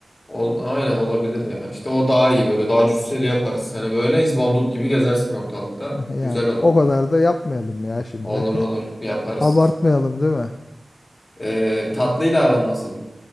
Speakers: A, on the left; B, on the left.
A: Ol, aynen olabilir ya. İşte o daha iyi böyle daha cüsseli yaparız seni böyle izbandut gibi gezersin ortalıkta.
B: <laughs>
A: Güzel
B: Yani
A: olur.
B: o kadar da yapmayalım ya şimdi.
A: Olur olur yaparız.
B: <laughs> Abartmayalım değil mi?
A: Ee, tatlıyla aran nasıl?